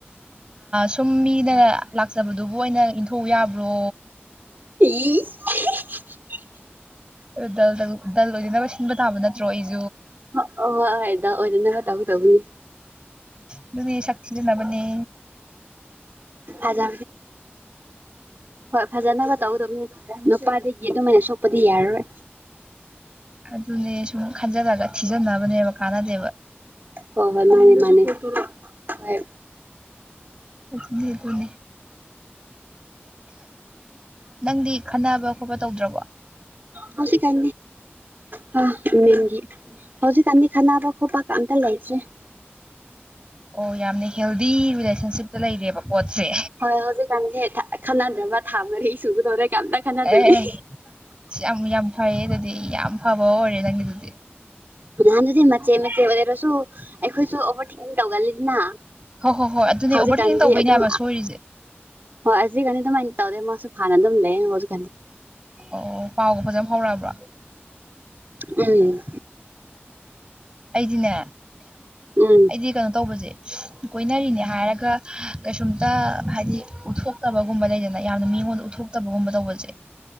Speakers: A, on the right (about 25°); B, on the right (about 55°).
A: ꯁꯨꯝ ꯃꯤꯅ ꯂꯥꯛꯆꯕꯗꯨꯕꯨ ꯑꯣꯏꯅ ꯊꯧ ꯌꯥꯕ꯭ꯔꯣ
B: ꯍꯝ
A: ꯗ ꯗꯜ ꯑꯣꯏꯗꯅꯕ ꯁꯤꯟꯕ ꯇꯥꯕ ꯅꯠꯇ꯭ꯔꯣ ꯑꯩꯁꯦ
B: ꯍ ꯍ ꯍꯣꯏ ꯍꯣꯏꯗ ꯑꯣꯏꯗ ꯇꯧꯒ ꯇꯧꯕꯅꯤ
A: ꯑꯗꯨꯗꯤ ꯁꯛꯈꯤꯗꯕꯅꯤ
B: ꯐꯖꯦ ꯍꯣꯏ ꯐꯖꯅꯕ ꯇꯧꯒꯗꯕꯅꯦ ꯅꯨꯄꯥꯗꯒꯤ ꯑꯗꯨꯃꯥꯏꯅ ꯁꯣꯛꯄꯗꯤ ꯌꯥꯔꯔꯣꯏ
A: ꯑꯗꯨꯅꯦ ꯁꯨꯝ ꯈꯟꯖꯜꯂꯒ ꯊꯤꯖꯟꯅꯕꯅꯦꯕ ꯀꯥꯟꯅꯗꯦꯕ
B: ꯍꯣ ꯍꯣꯏ ꯃꯥꯅꯦ ꯃꯥꯅꯦ ꯍꯣꯏ
A: ꯁ ꯀꯣꯅꯤ ꯅꯪꯗꯤ ꯈꯟꯅꯕ ꯈꯣꯠꯄ ꯇꯧꯗ꯭ꯔꯕꯣ
B: ꯍꯧ ꯀ ꯍꯥꯃꯦꯝꯒꯤ ꯍꯧꯖꯤꯛꯀꯥꯟꯗꯤ ꯈꯅꯕ ꯈꯣꯠꯄ ꯀ ꯑꯇ ꯂꯩꯇ꯭ꯔꯦ ꯍꯜꯂꯣ
A: ꯑꯣ ꯌꯥꯝꯅ ꯍꯦꯜꯗꯤ ꯔꯤꯂꯦꯁꯟꯁꯤꯞꯇ ꯂꯩꯔꯦꯕ ꯄꯣꯠꯁꯦ
B: ꯍꯣꯏ ꯍꯧꯖꯤꯛ ꯀꯥꯟꯁꯦ ꯊ ꯈꯅꯥꯅ ꯗ꯭ꯔꯕ ꯊꯕꯔꯁꯨ ꯔ ꯀꯥꯟꯗ ꯈꯥꯟꯅꯥ ꯗꯕꯤ
A: ꯑꯦ ꯁꯤ ꯌꯥꯝ ꯌꯥꯝ ꯐꯩꯌꯦ ꯑꯗꯨꯗꯤ ꯌꯥꯝ ꯐꯕ ꯑꯣꯏꯔꯦ ꯅꯪꯒꯤꯗꯨꯗꯤ
B: ꯅꯍꯥꯟ ꯑꯗꯨꯗꯤ ꯃꯆꯦ ꯃꯆꯦ ꯑꯣꯏꯔꯁꯨ ꯑꯩꯈꯣꯏꯁꯨ ꯑꯣꯚꯔꯊꯦꯛꯀꯤꯡ ꯇꯧꯒꯜꯂꯤꯗꯅ
A: ꯍꯣꯏ ꯍꯣꯏ ꯍꯣꯏ ꯑꯗꯨꯅꯦ
B: ꯍꯧꯖꯤꯛꯀꯥꯟꯗꯤ
A: ꯑꯣꯚꯔ ꯊꯦꯛꯀꯤꯡ ꯇꯧꯕꯩꯅꯦꯕ
B: ꯑꯗꯨꯝ
A: ꯁꯣꯏꯔꯤꯁꯦ
B: ꯍꯣꯏ ꯑꯁꯤꯒꯅꯤ ꯑꯗꯨꯃꯥꯏꯅ ꯇꯧꯗꯦ ꯃꯥꯁꯨ ꯐꯥꯅ ꯑꯗꯨꯝ ꯂꯩꯖꯤꯛ
A: ꯑꯣ ꯄꯥꯎꯒ ꯐꯖꯅ ꯐꯥꯎꯔꯛꯑꯕ꯭ꯔꯥ
B: ꯎꯝ
A: ꯑꯩꯗꯤꯅꯦ
B: ꯎꯝ ꯎꯝ
A: ꯑꯩꯗꯤ ꯀꯩꯅꯣ ꯇꯧꯕꯁꯦ ꯀꯣꯏꯅꯔꯤꯅꯦ ꯍꯥꯏꯔꯒ ꯀꯩꯁꯨꯝꯇ ꯍꯥꯏꯗꯤ ꯎꯠꯊꯣꯛꯇꯕꯒꯨꯝꯕ ꯂꯩꯗꯅ ꯌꯥꯝꯅ ꯃꯤꯉꯣꯟꯗ ꯎꯠꯊꯣꯛꯇꯕꯒꯨꯝꯕ ꯇꯧꯕꯁꯦ